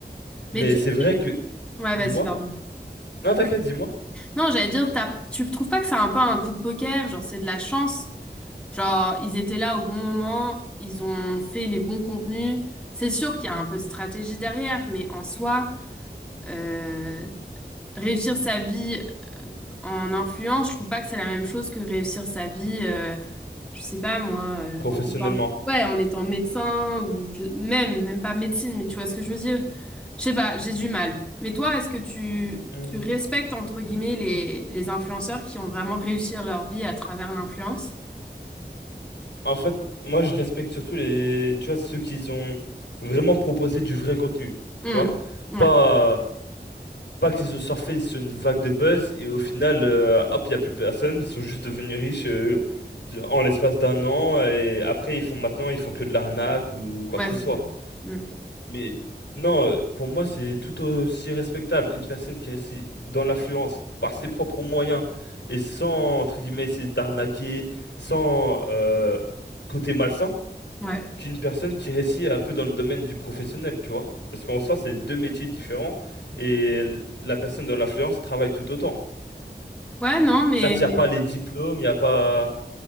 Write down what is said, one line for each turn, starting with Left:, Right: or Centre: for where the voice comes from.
Left: Mais
Centre: Mais tu...
Left: c'est vrai que,
Centre: Ouais,
Left: dis-moi,
Centre: vas-y, pardon.
Left: non, t'inquiète, dis-moi,
Centre: Non, j'allais dire, t'as- tu trouves pas que c'est un peu un coup de poker, genre c'est de la chance. Genre, ils étaient là au bon moment, ils ont fait les bons contenus. C'est sûr qu'il y a un peu de stratégie derrière, mais en soi, euh, réussir sa vie en influence, je trouve pas que c'est la même chose que réussir sa vie. euh, je sais pas moi, euh,
Left: professionnellement.
Centre: en étant, ouais, en étant médecin ou je- même, même pas médecine, mais tu vois ce que je veux dire? Je sais pas, j'ai du mal. Mais toi, est-ce que tu,
Left: Hmm,
Centre: tu respectes entre guillemets les, les influenceurs qui ont vraiment réussi leur vie à travers l'influence?
Left: En fait, moi, je respecte surtout les, tu vois, ceux qui ont vraiment proposé du vrai contenu,
Centre: Hmm,
Left: tu vois.
Centre: Ouais,
Left: pas pas qu'ils ont surfé sur une vague de buzz et au final, euh, hop, il n'y a plus personne. Ils sont juste devenus riches euh, en l'espace d'un an et après, ils font maintenant, ils font que de l'arnaque ou quoi
Centre: ouais,
Left: que ce
Centre: c'est
Left: soit.
Centre: ça. Hmm,
Left: Mais non, euh, pour moi, c'est tout aussi respectable. Une personne qui réussit dans l'influence par ses propres moyens et sans, entre guillemets, essayer d'arnaquer, sans euh, côté malsain,
Centre: Ouais,
Left: qu'une personne qui réussit un peu dans le domaine du professionnel, tu vois. Parce qu'en soi, c'est deux métiers différents et l- la personne dans l'influence travaille tout autant.
Centre: ouais, non, mais
Left: Certes, il n'y a pas les diplômes, il n'y a pas,